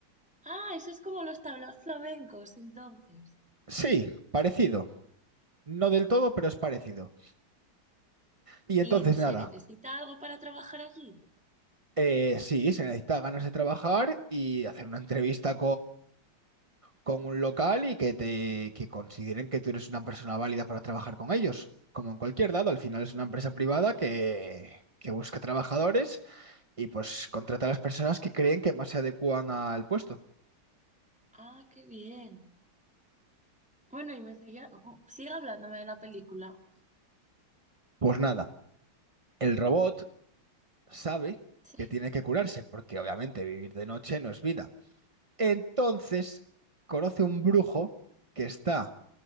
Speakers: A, in the centre; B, on the right (about 30°).
A: Ah, eso es como los tablaos flamencos, entonces.
B: Sí, parecido. No del todo, pero es parecido. Y
A: ¿Y
B: entonces,
A: se
B: nada,
A: necesita algo para trabajar allí?
B: eh, sí, se necesita ganas de trabajar y hacer una entrevista con un local y que te que consideren que tú eres una persona válida para trabajar con ellos. Como en cualquier dado, al final es una empresa privada que, que busca trabajadores y pues contrata a las personas que creen que más se adecúan al puesto.
A: Ah, qué bien. Bueno, y me seguía, sigue hablándome de la película.
B: Pues nada, el robot sabe
A: Sí.
B: que tiene que curarse, porque obviamente vivir de noche no es vida. Entonces, conoce un brujo que está